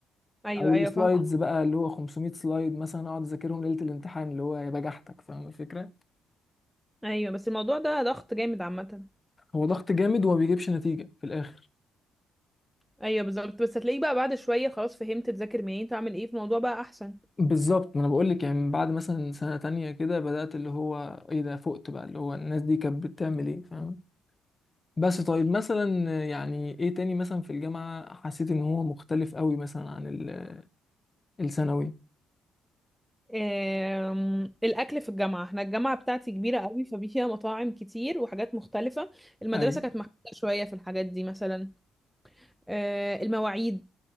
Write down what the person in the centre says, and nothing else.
ايوه
ايوه
فاهمه
ايوه بس الموضوع ده ضغط جامد عامه
ايوه بالظبط بس هتلاقيه بقى بعد شويه خلاص فهمت تذاكر منين تعمل ايه في الموضوع بقى احسن
آم، الاكل في الجامعه احنا الجامعه بتاعتي كبيره قوي ففيها مطاعم كتير وحاجات مختلفه المدرسه
كانت محدوده شويه في الحاجات دي مثلا آه، المواعيد